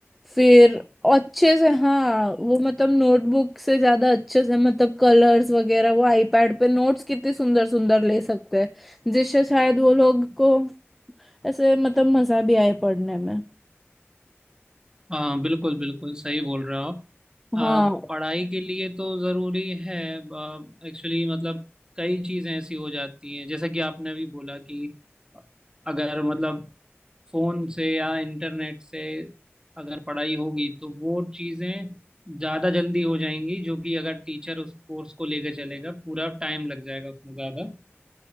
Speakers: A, in the centre; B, on the right (about 15°).
A: फिर अच्छे से हाँ वो मतलब नोटबुक से ज्यादा अच्छे से मतलब कलर्स वगैरह वो आईपैड पे नोट्स कितने सुंदर सुंदर ले सकते हैं जिससे शायद वो लोग को ऐसे मतलब मजा भी आए पढ़ने में
B: हाँ बिल्कुल बिल्कुल सही बोल रहे हो आप आ,
A: हाँ
B: पढ़ाई के लिए तो ज़रूरी है एक्चुअली मतलब कई चीज़ें ऐसी हो जाती हैं जैसा कि आपने अभी बोला कि अगर मतलब फ़ोन से या इंटरनेट से अगर पढ़ाई होगी तो वो चीज़ें ज़्यादा जल्दी हो जाएंगी जो कि अगर टीचर उस कोर्स को लेकर चलेगा पूरा टाइम लग जाएगा उसमें ज़्यादा